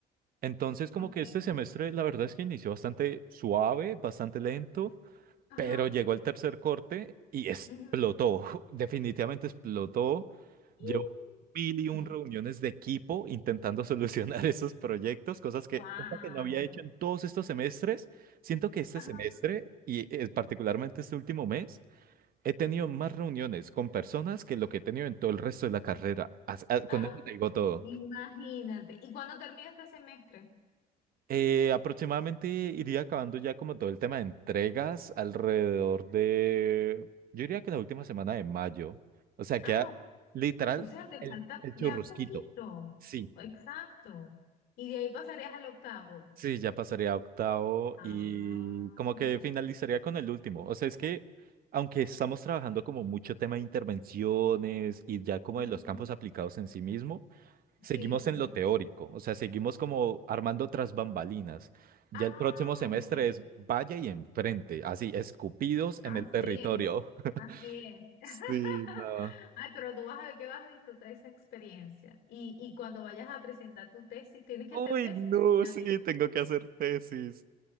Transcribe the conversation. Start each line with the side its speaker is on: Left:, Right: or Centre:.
Right: Entonces, como
Left: Ok.
Right: que este semestre, la verdad es que inició bastante suave, bastante lento,
Left: Ajá.
Right: pero llegó el tercer corte y explotó,
Left: ujú.
Right: <laughs> definitivamente explotó.
Left: Y-
Right: Llevo mil y un
Left: No.
Right: reuniones de equipo intentando solucionar <laughs> esos proyectos, cosas que,
Left: Wow.
Right: cosa que no había hecho en todos estos semestres. Siento que este
Left: Ajá.
Right: semestre, y eh, particularmente este último mes, he tenido más reuniones con personas que lo que he tenido en todo el resto de la carrera. As- ah, Con
Left: ¡Ah!
Right: eso te digo todo.
Left: Imagínate. ¿Y cuándo termina este semestre?
Right: Eh, aproximadamente iría acabando ya como todo el tema de entregas alrededor de, yo diría que la última semana de mayo. O sea, queda
Left: Ah,
Right: literal
Left: o sea, te
Right: el,
Left: falta
Right: el
Left: ya
Right: churrusquito.
Left: poquito.
Right: Sí,
Left: Exacto. Y de ahí pasarías al octavo.
Right: sí, ya pasaría a octavo
Left: Ah.
Right: y como que finalizaría con el último. O sea, es que aunque estamos trabajando como mucho tema de intervenciones y ya como
Left: Ujú.
Right: de los campos aplicados en sí mismo, Seguimos
Left: Sí.
Right: en
Left: el
Right: lo
Left: fin.
Right: teórico, o sea, seguimos como armando otras bambalinas. Ya
Left: Ah,
Right: el próximo semestre
Left: ok.
Right: es vaya y enfrente, así, escupidos
Left: Así
Right: en el territorio.
Left: es,
Right: <laughs>
Left: así es. <laughs>
Right: Sí, no.
Left: Ay, pero tú vas a ver que vas a disfrutar esa experiencia. Y, y cuando vayas a presentar tu tesis, tienes que
Right: Uy,
Left: hacer tesis
Right: no,
Left: alternativa.
Right: sí, tengo que hacer tesis.